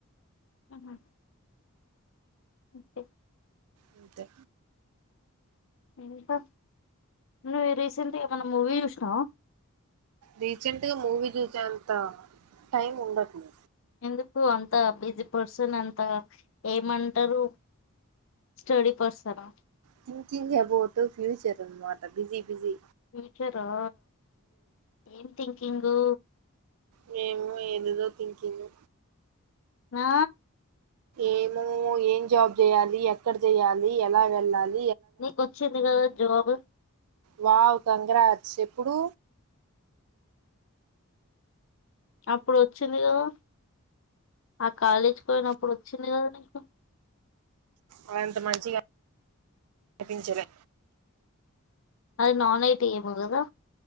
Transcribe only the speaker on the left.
ఆహూ ఓకే
ఇంకా నువ్ రీసెంట్ ఏమన్నా మూవీ చూసినావా
ఎందుకు అంత బిజీ పర్సన్ అంత ఏమంటారు స్టడీ పర్సనా
ఫ్యూచర్ ఆ ఏం థింకింగు
ఆ
నీకొచ్చింది కదా జవాబు
అప్పుడొచ్చింది కదా ఆ కాలేజీకి పోయినప్పుడు వచ్చింది కదా నీకు
అది నాన్ ఐ టీ ఏమో గదా